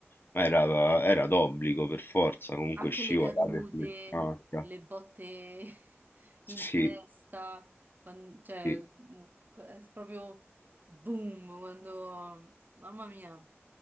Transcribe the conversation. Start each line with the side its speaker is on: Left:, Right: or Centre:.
Left: ma era, era d'obbligo per forza, comunque
Right: anche
Left: scivolate
Right: le cadute,
Left: sulle ginocchia.
Right: le botte <laughs> in
Left: Sì,
Right: testa, quan- cioè,
Left: sì,
Right: è proprio boom, quando... Mamma mia.